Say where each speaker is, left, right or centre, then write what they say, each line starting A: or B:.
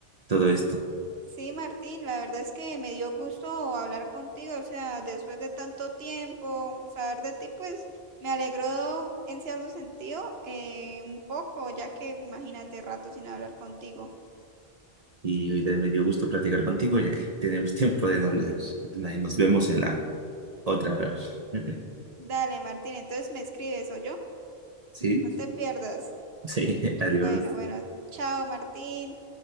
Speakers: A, on the right; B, on the right.
A: todo
B: s-
A: esto.
B: sí, Martín, la verdad es que me dio gusto hablar contigo, o sea, después de tanto tiempo, saber de ti, pues me alegró en cierto sentido eh, un poco, ya que imagínate rato sin hablar contigo.
A: Y ahorita me dio gusto platicar contigo, ya que tenemos <laughs> tiempo de no hablar. Y nos vemos en la otra vez. <laughs>
B: Dale, Martín, entonces me escribes, ¿o yo,
A: ¿Sí?
B: No te pierdas.
A: Sí, <laughs> adiós.
B: Bueno, bueno, chao, Martín.